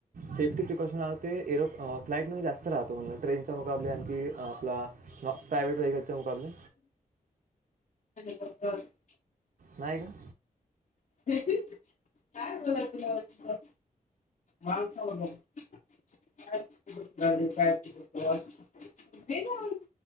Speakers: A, on the right; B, on the left.
A: सेफ्टी प्रिकॉशन आ ते एरो फ्लाइट मध्ये जास्त राहतो म्हटल. ट्रेनच्या मुकाबले आणखी आपला प्रा प्रायवेट वेहेकबलच्या मुकाबले
B: <unintelligible>
A: नाही का.
B: <unintelligible> काय बोलाय तुला वाटतं. हा स <unintelligible> <unintelligible> झाले काय <unintelligible>